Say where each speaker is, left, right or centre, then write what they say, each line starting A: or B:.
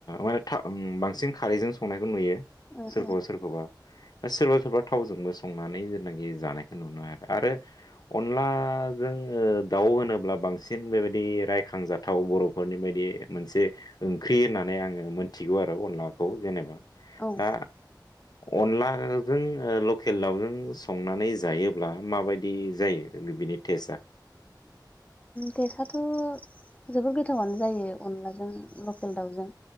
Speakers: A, on the left (about 60°); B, on the left (about 20°).
A: माने बांसिन खारैजों संनायखौ नुयो
B: थाव
A: सोरखौबा सोरखौबा सोरबा सोरबा थावजोंबो संनानै जेनाखि जानायखौ नुनो हाखै आरो अनलाजों दाउ होनोब्ला बांसिन बेबायदि रायखांजाथाव बर'फोरनि बायदि मोनसे ओंख्रि होननानै आङो मोनथिगौ आरो अनलाखौ जेनेबा
B: औ
A: दा अनलाजों लकेल दउजों संनानै जायोब्ला माबायदि जायो बिनि टेस्टआ
B: गेसआथ' जोबोर गोथावानो जायो अनलाजों लकेल दाउजों